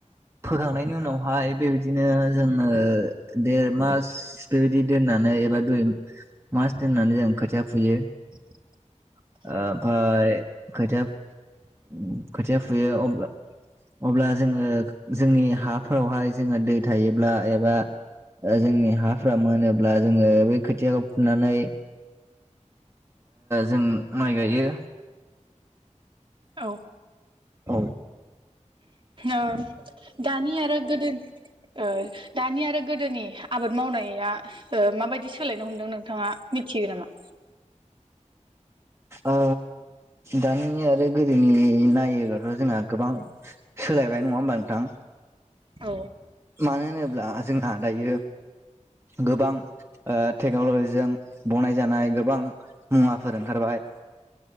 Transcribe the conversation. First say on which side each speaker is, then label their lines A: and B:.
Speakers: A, on the right; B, on the right.
A: फोखांनायनि उनावहाय बेबायदिनो जोङो देर मास। बेबायदि दोननानै एबा दुइ मास दोननानै जों खोथिया फुयो।
B: <inaudible>
A: ओमफाय खोथिया-खोथिया फुयो अब्ला अब्ला जोङो जोंनि हाफोरावहाय जोङो दै थायोब्ला एबा जोंनि हाफ्रा मोनोब्ला जोङो बै खोथियाखौ फुनानै जों माइ गायो।
B: औ
A: औ
B: ओ दानि आरो गोदो ओ दानि आरो गोदोनि आबाद मावनाया ओ माबायदि सो सोलायनो हमदों नोंथाङा मिथियो नामा?
A: ओ दानि आरो गोदोनि नायोब्लाथ' जोंहा गोबां सोलायबाय नङा होमबा नोंथां।
B: औ
A: मानो होनोब्ला जोंहा दायो गोबां टेक्न'लजिजों बनायजानाय गोबां मुवाफोर ओंखारबाय।